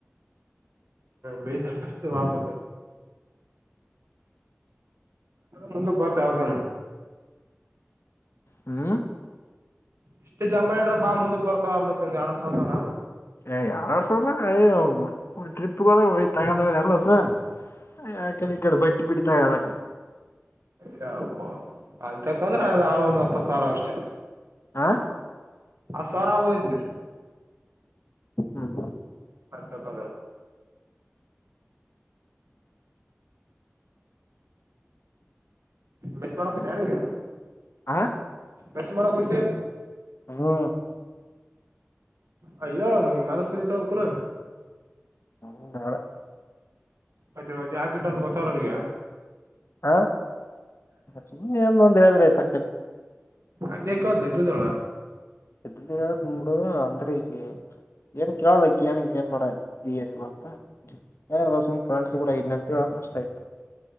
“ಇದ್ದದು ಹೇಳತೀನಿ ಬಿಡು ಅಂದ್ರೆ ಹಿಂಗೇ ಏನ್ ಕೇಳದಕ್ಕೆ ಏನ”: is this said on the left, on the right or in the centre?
Left